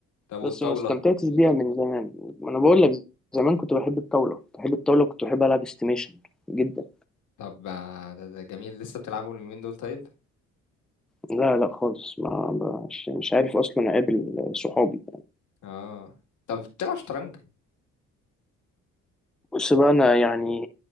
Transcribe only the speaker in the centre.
بس ما استمتعتش بيها من زمان ما انا بقول لك زمان كنت بحب الطاولة كنت بحب الطاولة كنت بحب العب استيميشن جدا
لا لا خالص ما مش مش عارف اصلا اقابل صحابي
بص بقى انا يعني